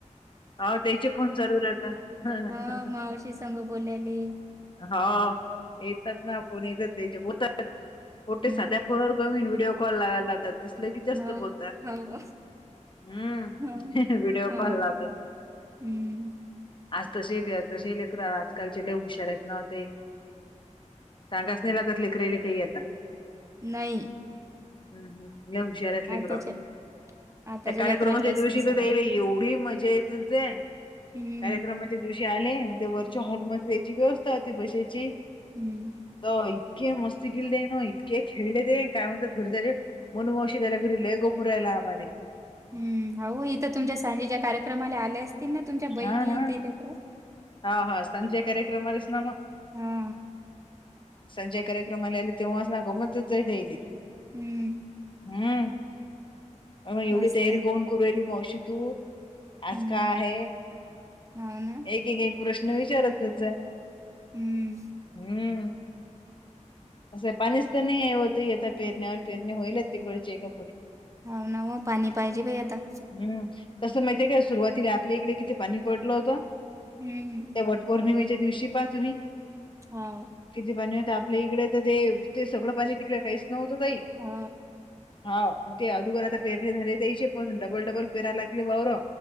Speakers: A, on the left; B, on the right.
A: हो त्याचे फोन जरूर आहेता...
B: हा मावशी संग बोलायला...
A: हा येतच ना कोण येतच तेचे बोलतात...... फोटे
B: हम्म
A: साध्या फोन व्हिडिओ कॉल लावाय लातात... दिसलं की जास्त
B: हो
A: बोलतय
B: हो
A: हम्म
B: हो
A: व्हिडिओ
B: हो
A: कॉल लावतात मग.....
B: हम्म....
A: आज तसेही तसे लेकर आजकालचे लय हुशार आहेतना ते. सांगच नाही लागत लेकरई ले काही आता...
B: नाही!
A: हम् हम! लय हुशार आहेत लेकर,
B: आताच्या आताच्या
A: त्या कार्यक्रमाच्या
B: लेकराला काहीच
A: दिवशी
B: नाही सांगायला
A: तर याईल एवढी मजा येत
B: हम्म.
A: कार्यक्रमाच्या दिवशी आले ते वरच्या हॉलमध्येध्ये याची व्यवस्था होती बशाची
B: हम्म!
A: होय, इतके मस्ती केली तेन इतके खेळले ते काय म्हणत घरी जायचे मनु मावशी लय गोपूरायला आम्हाला.
B: हम्म अहो इथ तुमच्या सांनिच्या कार्यक्रमाला आले असतील ना तुमच्या बहिणी
A: हा हा
B: ते लेकर?
A: हा हा संजय कार्यक्रम ला च न मग?
B: हा!
A: संजय कार्यक्रमाला आले तेव्हा अस ना गो द्यायले.
B: हम्म.
A: हम्म! आग एवढी
B: मस्त.
A: तयारी करन करू ये मावशी तू आज
B: हम्म.
A: का आहे
B: हो ना.
A: एक एक एक प्रश्न विचारतच
B: हम्म.
A: हम्म! असं पाणीच तर नाही आहे होत आता पेरण्यावर पेरणे होईल तीकडची एकापरी.
B: हाव ना ओ पाणी पाहिजे बाई आता.
A: हम्! तस माहिती आहे काय सुरुवातीला आपल्या इकडे किती पाणी पडलं होतं.
B: हम्म!
A: त्या वट पौर्णिमेच्या दिवशी पहा तुम्ही
B: हो.
A: किती पाणी होत. इकडे तर ते ते सगळं पाणी तिकडे काहीच नव्हतं बाई!
B: हो.
A: हा ते अधुघर आता पेरनि झाले त्याचे पण डबल डबल पेराय लागले वावर.